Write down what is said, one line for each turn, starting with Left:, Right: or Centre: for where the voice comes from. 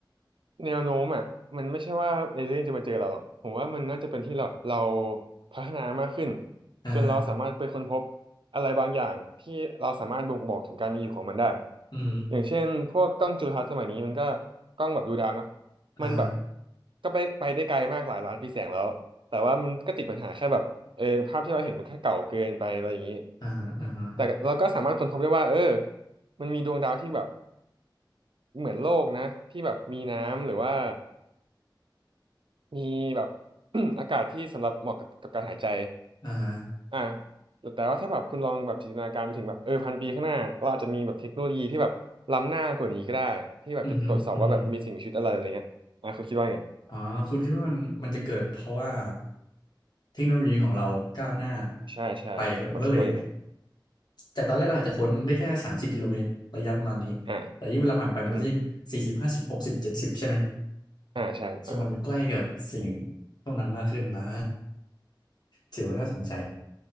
Right: แนวโน้มอ่ะมันไม่ใช่ว่าเอเลี่ยนจะมาเจอเราหรอกผมว่ามันน่าจะเป็นที่เราเราพัฒนามากขึ้น
Left: อ่าฮะ
Right: จนเราสามารถไปค้นพบอะไรบางอย่างที่เราสามารถบ่งบอกถึงการมีอยู่ของมันได้
Left: อืม
Right: อย่างเช่นพวกกล้องจุลทรรศน์สมัยนี้มันก็กล้องแบบดูดาวเนาะ
Left: อ่าฮะ
Right: มันแบบก็ไปไปได้ไกลมากหลายล้านปีแสงแล้วแต่ว่ามันก็ติดปัญหาแค่แบบเออภาพที่เราเห็นมันแค่เก่าเกินไปอะไรอย่างนี้
Left: อ่าฮะอ่าฮะ
Right: แต่เราก็สามารถค้นพบได้ว่าเออมันมีดวงดาวที่แบบเหมือนโลกนะที่แบบมีน้ำหรือว่า มีแบบ <clears throat> อากาศที่สำหรับเหมาะกับกับการหายใจ
Left: อ่าฮะ
Right: อ่ะแต่แต่ว่าถ้าแบบคุณลองแบบจินตนาการไปถึงแบบเออพันปีข้างหน้าเราอาจจะมีแบบเทคโนโลยีที่แบบล้ำหน้ากว่านี้ก็ได้ที่แบบจะตรวจสอบว่าแบบมีสิ่งมีชีวิตอะไรอะไรเงี้ยอ่ะคุณคิดว่าไง
Left: อืมฮึอืมฮึอ๋อคุณคิดว่ามันมันจะเกิดเพราะว่าเทคโนโลยีของเราก้าวหน้า
Right: ใช่ใช่ผมคิดว่าอย่างนั้น
Left: ไปก็มันก็เลย จากตอนแรกเราอาจจะค้นได้แค่สามสิบกิโลเมตรระยะประมาณนี้
Right: อ่า
Left: แต่ยิ่งเวลาผ่านไปมันก็จะยิ่งสี่สิบห้าสิบหกสิบเจ็ดสิบใช่ไหม
Right: อืมอ่าใช่ถูกต้อง
Left: ซึ่งมันใกล้กับสิ่งพวกนั้นมากขึ้นนะ ถือว่าน่าสนใจ